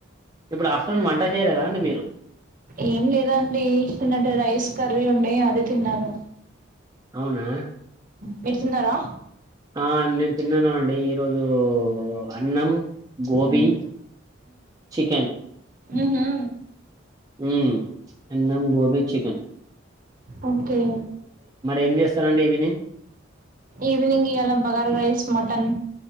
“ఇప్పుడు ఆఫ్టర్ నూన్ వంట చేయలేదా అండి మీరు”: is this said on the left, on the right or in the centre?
Right